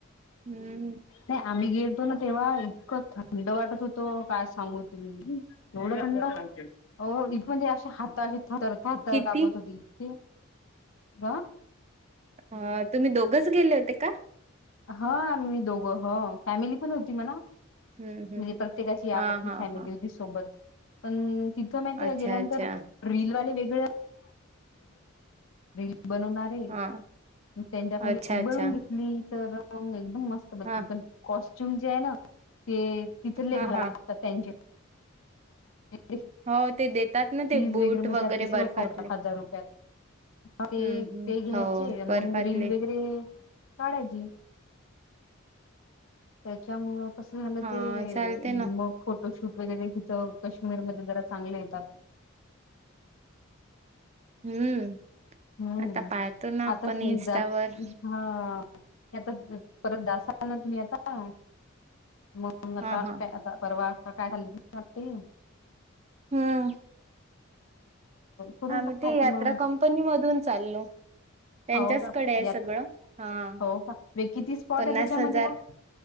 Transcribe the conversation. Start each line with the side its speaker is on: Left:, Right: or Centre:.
Right: हम्म
Left: नाही आम्ही गेलतो ना तेव्हा इतकं थंड वाटत होतो का सांगू तम्ही एवढं ं हो इथ म्हणजे अशा हात र दर
Right: किती
Left: काबत होती इके ब
Right: अ तुम्ही दोघच गेले होते का?
Left: हा मी दोघं हो फॅमिली पण होती म्हणा.
Right: हम्म हम्म
Left: म्हणजे प्रत्येकाची आपपली
Right: हा हा
Left: फॅमिली
Right: हा
Left: सोबत. पण तिथं माहिती
Right: अच्छा
Left: गेल्यानंतर
Right: अच्छा
Left: रीलवाले वेग, <inaudible> बनवणारे
Right: हा
Left: त्यांच्याक
Right: अच्छा
Left: मी
Right: अच्छा
Left: बनवून घेतली तर. मस्त बल
Right: हा
Left: पण कॉस्ट्यूम जे आहे ना ते तिथरले
Right: हा
Left: घालाय
Right: हा
Left: लागतात त्यांचे. <unintelligible>
Right: हो ते देतात ना ते
Left: फीज
Right: बूट
Left: मग
Right: वगैरे
Left: त्यात ते सगळं
Right: बर्फातले.
Left: करतात हजार रुपयात ते
Right: हम्म हम्म
Left: ते घ्यायचे
Right: हो बर्फातले
Left: मग रीलील वगैरे. काढायची. त्याच्यामुळ कस झालं
Right: हा
Left: ते
Right: चालते ना
Left: मग फोटोशूट वगैरे तिथ कश्मीर काशमीरमध्येध् जरा चांगले येतात
Right: हम्म
Left: हम्म
Right: आता पाहतो ना आपण
Left: आता तुम्ही
Right: इन्स्टावर
Left: जाच हां आता परत जासाआल ना तुम्ही आता? मग आता
Right: हा हा
Left: आता परवा काय हल्लीते.
Right: हम्म
Left: करून
Right: आम्ही
Left: पहा
Right: ते यात्रा
Left: की मग
Right: कंपनी मधून चाललो. त्यांच्याचकडे
Left: हो का
Right: आहे
Left: यात
Right: सगळं हा
Left: हो का किती स्पॉट
Right: पन्नास
Left: आहे त्याच्यामध्ये
Right: हजार
Left: ब